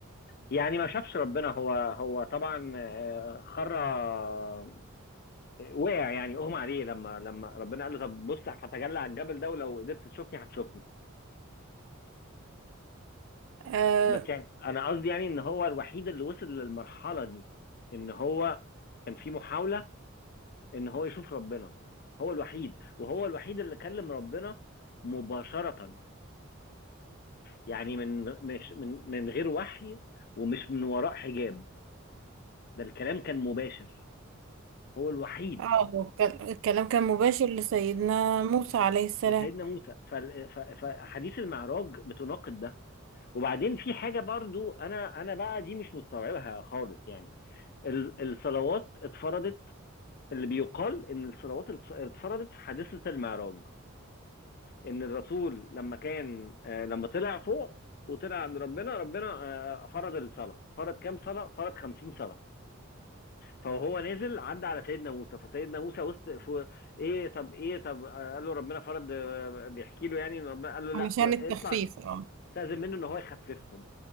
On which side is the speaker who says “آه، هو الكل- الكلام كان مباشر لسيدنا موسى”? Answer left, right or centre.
Right